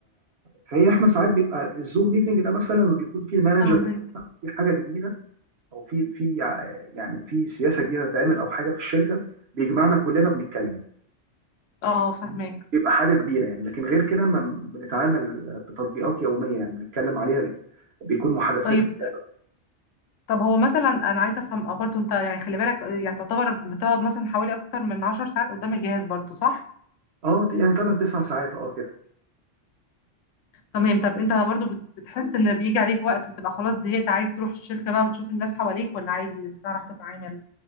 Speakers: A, on the right; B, on the left.
A: فهي احنا ساعات بيبقى الزوم ميتنج ده مثلا لما بيكون في المانجر
B: فاهمك
A: في حاجه جديده او في في يعني في سياسه جديده هتتعمل او حاجه في الشركه بيجمعنا كلنا بنتكلم
B: اه فاهمك
A: بيبقى حاجه كبيره يعني لكن غير كده ما بنتعامل بتطبيقات يوميه يعني بنتكلم عليها بيكون محادثات
B: طيب
A: كتيرة.
B: طب هو مثلا انا عايزه افهم برضه انت يعني خلي بالك يعني تعتبر بتقعد مثلا حوالي اكتر من 10 ساعات قدام الجهاز برضه صح
A: اه يعني 8 9 ساعات اه كده
B: تمام طب انت برضه بت- بتحس ان بيجي عليك وقت بتبقى خلاص زهقت عايز تروح الشركه بقى وتشوف الناس حواليك ولا عادي بتعرف تتعامل